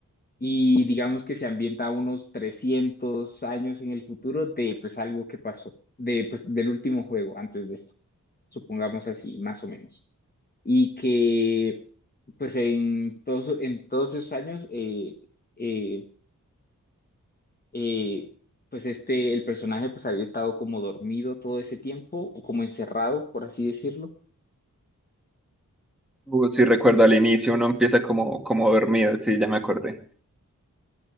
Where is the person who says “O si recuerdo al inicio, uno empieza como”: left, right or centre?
Centre